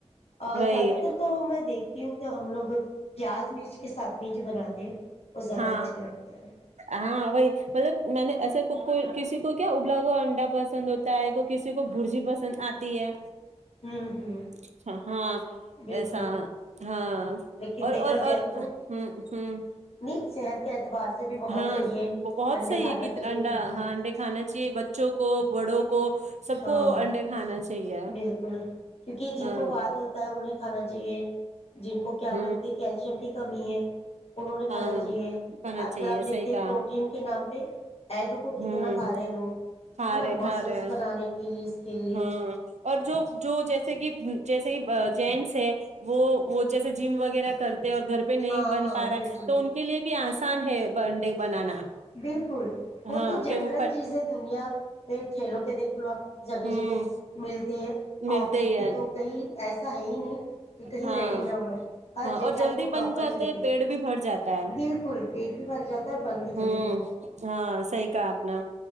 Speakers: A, on the left; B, on the right.
A: اور
B: وہی
A: زیادہ تر تو میں دیکھتی ہوں کہ ہم لوگ پیاز مرچ کے ساتھ میں جو بناتے وہ زیادہ
B: ہاں
A: اچھا لگتا ہے
B: ہاں وہی مطلب میں نے ایسے کوئی کسی کو کیا ابلا ہوا انڈا پسند ہوتا ہے کوئی کسی کو برجی پسند آتی ہے
A: ہوں ہوں
B: اچھا ہاں
A: بالکل
B: ایسا ہاں
A: لیکن
B: اور
A: دیکھا
B: اور اور
A: جائے تو
B: ہمم ہمم
A: نہیں صحت کے اعتبار سے بھی بہت
B: ہاں
A: صحیح ہے
B: بہت
A: انڈے
B: صحیح
A: کھانا
B: ہے کہ
A: چاہیے
B: انڈا
A: بالکل
B: ہاں انڈے کھانا چاہیے بچوں کو بڑوں کو سب
A: ہاں
B: کو انڈے کھانا چاہیے
A: بالکل کیونکہ جن
B: ہاں
A: کو وات ہوتا ہے انہیں کھانا چاہیے جن کو کیا
B: ہ
A: بولتے کیلشیم کی کمی ہے انہوں نے کھانا
B: ہاں
A: چاہیے
B: کھانا
A: آج
B: چاہیے
A: کل آپ دیکھتے
B: صحیح
A: ہیں
B: کہا
A: پروٹین کے نام تین ایگ کو کتنا
B: ہوں
A: کھا رہے لوگ
B: کھا
A: ہے نا
B: رہے
A: مسلس
B: کھا رہے
A: بنانے کے لیے اس کے لیے
B: ہاں اور جو جو جیسے کہ جیسے کہ جینٹس ہے وہ وہ جیسے جم وغیرہ کر اور گھر پہ نہیں
A: ہاں
B: بن
A: ہاں
B: پا رہا
A: بالکل
B: تو ان کے لیے بھی آسان ہے برڈے بنانا
A: بالکل وہ
B: ہاں
A: تو جنرل
B: کہ وہ
A: چیز ہے دنیا میں کھیلوں پہ دیکھ لو آپ جگہ
B: ہوں
A: جگہ ملتے ہے
B: ملتے
A: آملیٹ
B: ہی ہے
A: کی تو کئی ایسا ہے ہی نہیں کہ کہیں
B: ہاں
A: ریڈی نہ ہو ہر
B: ہاں
A: جگہ
B: اور جلدی
A: آپ کو پراپر
B: بن جاتے
A: ملتے
B: پیڑ بھی بھر جاتا
A: بالکل پیٹ بھی بھر جاتا اور بند بھی جلدی
B: ہمم
A: جاتا ہے
B: ہاں صحیح کہا آپ نے